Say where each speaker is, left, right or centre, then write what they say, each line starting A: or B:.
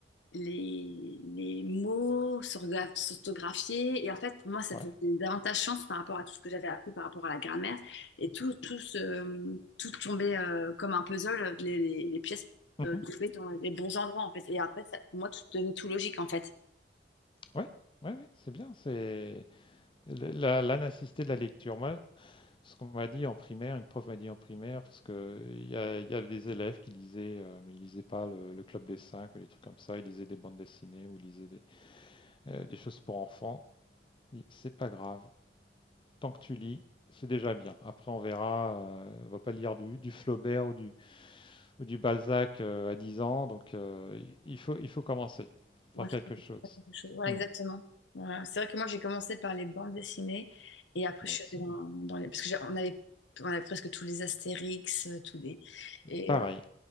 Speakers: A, on the left; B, on the left.
A: les, les mots s'orga- s'orthographier. Et en fait, pour moi, ça
B: Ouais.
A: faisait davantage chance par rapport à tout ce que j'avais appris par rapport à la grammaire. Et tout, tout, se- tout tombait euh, comme un puzzle, les, les, les pièces
B: mhm.
A: euh, tombaient dans les bons endroits, en fait. Et après, ça, pour moi, tout devenait tout logique, en fait.
B: Ouais, ouais, ouais, c'est bien. C'est le- la, l'anacité de la lecture. Moi, ce qu'on m'a dit en primaire, une prof m'a dit en primaire, parce que il y, a- il y avait des élèves qui lisaient, euh, mais ils lisaient pas le, le Club des Cinq ou des trucs comme ça. Ils lisaient des bandes dessinées ou ils lisaient des, euh, des choses pour enfants. Ils- C'est pas grave. tant que tu lis, c'est déjà bien. Après, on verra. euh, on va pas lire du, du Flaubert ou du, ou du Balzac euh, à 10 ans. Donc, euh, il- faut, il faut commencer
A: Moi,
B: par
A: je
B: quelque
A: pense que
B: chose.
A: c'est la même chose. Voilà,
B: Hmm.
A: exactement. Voilà. C'est vrai que moi, j'ai commencé par les bandes dessinées. Et après,
B: Moi
A: je suis
B: aussi.
A: allée dans,
B: ouais.
A: dans les... Parce que j'ai- on avait, on avait presque tous les Astérix, euh, tous les... Et
B: Pareil.